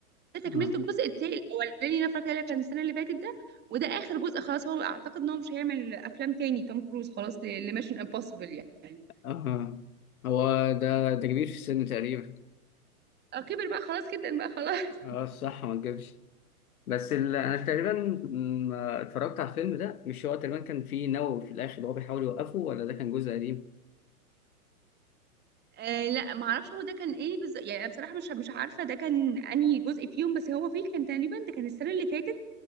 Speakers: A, on the right; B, on the left.
A: ده تكملة
B: اه
A: الجزء التاني الأولاني اللي أنا فاكرة اللي كان السنة اللي فاتت ده وده آخر جزء خلاص هو أعتقد إن هو مش هيعمل أفلام تاني توم كروز خلاص ل- لميشن امبوسيبل يعني
B: اه هو ده ده كبير في السن تقريبا
A: آه، كبر بقى خلاص جدا بقى خلاص <laughs>
B: اه صح ما تجيبش بس ال... انا تقريبا ما اتفرجت على الفيلم ده مش هو تقريبا كان فيه نووي في الاخر وهو بيحاول يوقفه ولا ده كان جزء قديم
A: آه لا ما اعرفش هو ده كان ايه بالظبط يعني أنا بصراحه مش مش عارفه ده كان انهي جزء فيهم بس هو فيه كان تقريبا ده كان السنه اللي فاتت